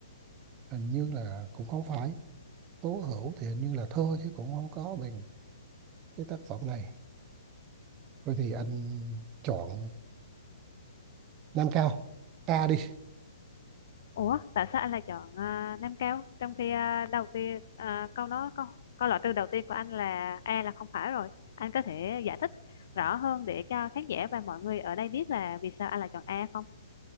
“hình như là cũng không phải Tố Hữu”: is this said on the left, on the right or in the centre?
Right